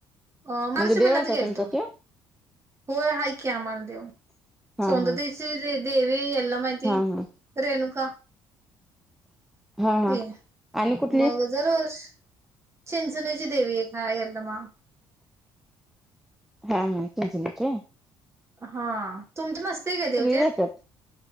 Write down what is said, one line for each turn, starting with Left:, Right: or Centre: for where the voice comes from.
Right: अ मार्च
Centre: म्हणजे देव
Right: महिन्यात
Centre: आहे का
Right: गेलतो.
Centre: तुमचा त्यो?
Right: होय, हाय की आम्हाला देव.
Centre: हा
Right: सौंदतीची
Centre: हा.
Right: जी देवी यल्लमा हाय ती
Centre: हा हा
Right: रेणुका.
Centre: हा
Right: ती
Centre: हा आणि कुठली?
Right: मग जर वर्ष चिंचनीची देवी एक हाय यल्लमा.
Centre: हां हां, चिंचनीची.
Right: हां. तुमच नसतय काय देव? ते
Centre: जात्यात